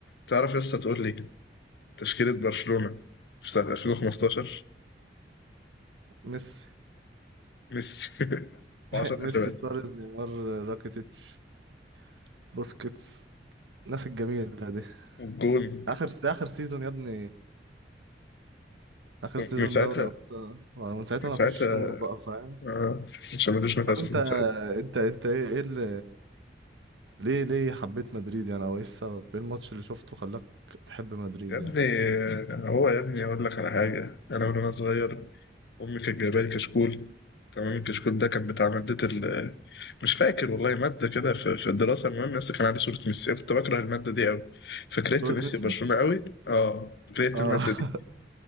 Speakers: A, on the left (about 70°); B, on the right (about 85°).
A: تعرف يا اسطى تقول لي تشكيله برشلونه في سنه 2015
B: ميسي
A: ميسي <laughs>
B: <laughs>
A: و10
B: ميسي
A: خشبات
B: سواريز نيمار راكيتيتش بوسكيتس الناس الجميلة دي
A: والجون
B: اخر اخر سيزون يا ابني اخر سيزون
A: من ساعتها
B: دوري ابطال ومن ساعتها
A: من ساعتها
B: ما فيش نور بقى فاهم
A: آه مش ملوش نفس
B: طب انت
A: من ساعتها
B: انت انت ايه ايه اللي ليه ليه حبيت مدريد يعني او ايه السبب ايه الماتش اللي شفته خلاك تحب مدريد
A: يا ابني
B: يعني
A: آه، هو يا ابني اقول لك على حاجه انا من وانا صغير أمي كانت جايبة لي كشكول تمام، الكشكول ده كان بتاع مادة ال مش فاكر والله مادة كده في في الدراسة، المهم يا اسطى كان عليه صورة ميسي، أنا كنت باكره المادة دي أوي، فكرهت
B: صورة
A: ميسي
B: ميسي
A: وبرشلونة أوي، آه كرهت
B: اه
A: المادة دي
B: <laughs>